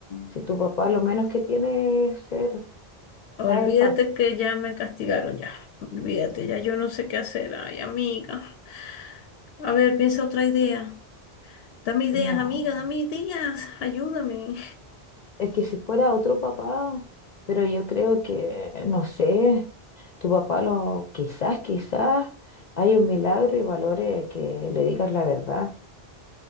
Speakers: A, on the left (about 50°); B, on the left (about 75°).
A: Si tu papá lo menos que tiene es ser
B: Olvídate
A: caer fácil.
B: que ya me castigaron ya. Olvídate, ya yo no sé qué hacer. Ay, amiga. A ver, piensa otra idea. Dame ideas,
A: No.
B: amiga, dame ideas. Ayúdame.
A: Es que si fuera otro papá, pero yo creo que, no sé, tu papá lo, quizás, quizás hay un milagro y valore que le digas la verdad.